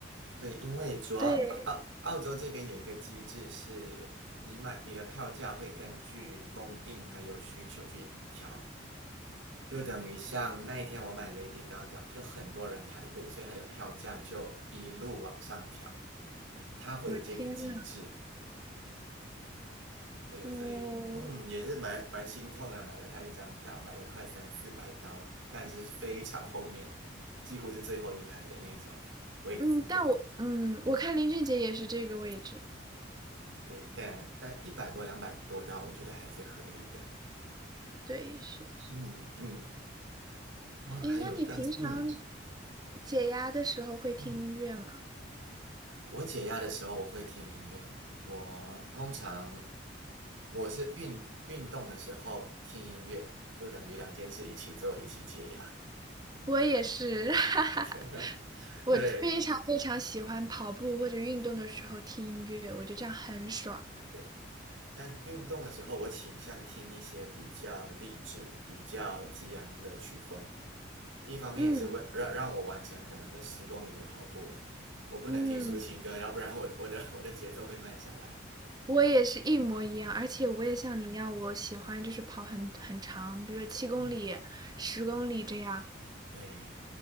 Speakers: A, on the right; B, on the right.
A: 对，因为主要澳澳洲这边有一个机制是，
B: 对，
A: 你买你的票价会根据供应还有需求去调。就等于像那一天我买 Lady Gaga，就很多人排队，所以它的票价就一路往上调，它会有这个机制。
B: 我天呐，
A: 对，
B: 哦，
A: 所以嗯，也是蛮蛮心痛的，买了它一张票，买了快三四百刀，但是非常后面，几乎是最后一排的那种位置。
B: 嗯，但我嗯，我看林俊杰也是这个位置。
A: 对，但但一百多、两百多刀，我觉得还是合理的。
B: 对，是的。
A: 嗯嗯，哇，还有但嗯
B: 哎，那你平常解压的时候会听音乐吗？
A: 嗯，我解压的时候我会听音乐，我通常我是运运动的时候听音乐，就等于两件事一起做，一起解压。
B: 我也是，<laughs> 哈哈。
A: <laughs>
B: 我非常非常喜欢跑步或者运动的时候听音乐，
A: 对
B: 我觉得这样很爽。
A: 对，但运动的时候我倾向听一些比较励志、比较激昂的曲风，一方面也是为让让我完成可能在十公里的跑步，
B: 嗯
A: <laughs> 我不能听抒情歌，
B: 嗯，
A: 要不然我 <laughs> 我的我的节奏会慢下来。
B: 我也是一模一样，而且我也像你一样，我喜欢就是跑很很长，比如说七公里、
A: 嗯，
B: 十公里这样。
A: 对，